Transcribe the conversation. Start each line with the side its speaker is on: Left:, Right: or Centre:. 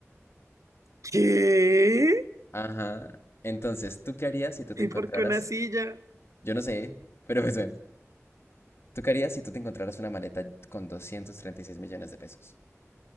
Right: ¿qué?
Left: Ajá. Entonces, ¿tú qué harías si tú
Right: ¿Y
Left: te encontraras?
Right: por qué una silla?
Left: Yo no sé, pero pues bueno, ¿tú qué harías si tú te encontraras una maleta con 236 millones de pesos?